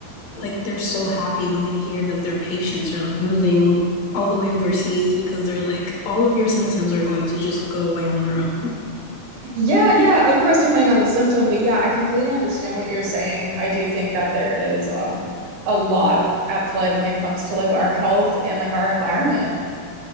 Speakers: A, on the left; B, on the right.
A: like they're so happy when they hear that their patients are like moving all the way overseas because they're like, all of your symptoms are going to just go away on their own.
B: Yeah, yeah, of course, depending on the symptom, but yeah, I completely understand what you're saying. I do think that there is um a lot at play when it comes to like our health and like our environment.